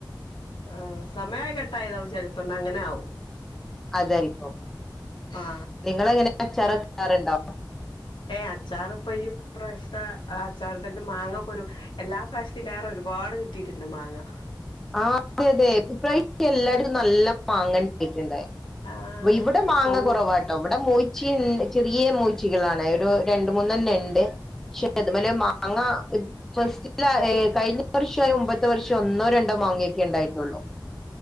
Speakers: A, on the left; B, in the centre.
A: ആഹ് സമയം ആയി കട്ടായതാവും ചെലുപ്പം ഇനാ അങ്ങനെ ആവും.
B: അതായിരിക്കും.
A: ആ
B: നിങ്ങള് എങ്ങനെ അച്ചാർ ഒക്കെ ഇടാറുണ്ടോ.
A: ഏഹ് അച്ചാറ് ഇപ്പൊ ഈ പ്രാവശ്യത്തെ അച്ചാറിടല് മാങ്ങ ഇപ്പൊരു എല്ലാ പ്രാവശ്യത്തിലോറെ ഒരുപാട് കിട്ടിയിട്ട്ണ്ട് മാങ്ങ.
B: ആഹ് അതെ അതെഇപ്പ ഈ പ്രാവശ്യം എല്ലായിടത്തും നല്ല മാങ്ങ കിട്ടിയിട്ട്ട്ട്
A: ആ
B: വ് ഇവ്ടെ മാങ്ങ
A: കൂ
B: കൊറവാ ട്ടൊ ഇവടെ മൂച്ചിൻ ചെറിയ മൂച്ചികളാണ് ഒരു രണ്ട് മൂന്നെണ്ണം ഇണ്ട് പക്ഷെ. പ്പ അത്‌മ്മല് മാങ്ങ ഫസ്റ്റിലാ ഏഹ് കഴിഞ്ഞ വർഷോ അയ്‌ന് മുമ്പത്തെ വർഷോ ഒന്നോ ര ണ്ടോ മാങ്ങയൊക്കെ ഇണ്ടായിട്ടൊള്ളൂ.